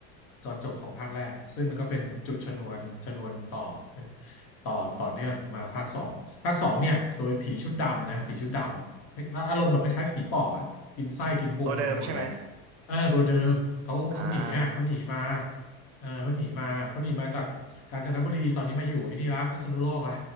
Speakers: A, on the left; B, on the right.
A: ตอนจบของภาคแรกซึ่งมันก็เป็นจุดชนวนชนวนต่อเป็นต่อต่อเนื่องมาภาคสองภาคสองเนี่ยโดยผีชุดดำนะผีชุดดำอาอารมณ์แบบคล้ายๆผีปอบอะกินไส้กินพุงอะไรไปหมดเลย
B: ตัวเดิมใช่ไหม
A: เออตัวเดิมเขาเขาหนีอ่ะเขาหนีมา
B: อ่า
A: เออเขาหนีมาเขาหนีมาจากกาญจนบุรีตอนนี้มาอยู่ไอ้นี่ละพิษณุโลกละ